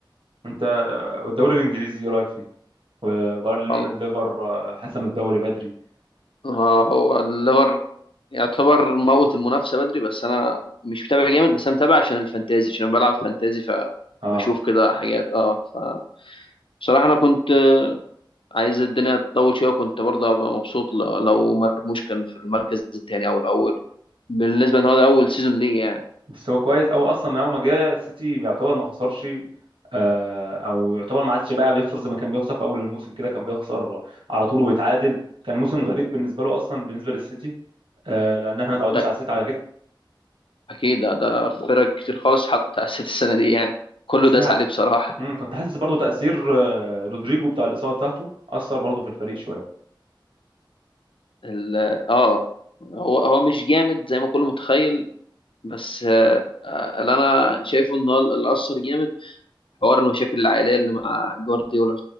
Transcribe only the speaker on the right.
أنت والدوري الإنجليزي إيه رأيك فيه؟ وبرلين
الليفر آه، حسم الدوري بدري
اه
بس هو كويس أو أصلا من أول ما جه السيتي يعتبر ما خسرش آه أو يعتبر ما عادش بقى بيخسر زي ما كان بيخسر في أول الموسم كده كان بيخسر على طول ويتعادل كان موسم غريب بالنسبة له أصلا بالنسبة للسيتي آه لأن احنا ما تعودناش
على السيتي على كده
بس
أنا
مم، كنت حاسس برضو تأثير آه، رودريجو بتاع الإصابة بتاعته أثر برضو في الفريق شوية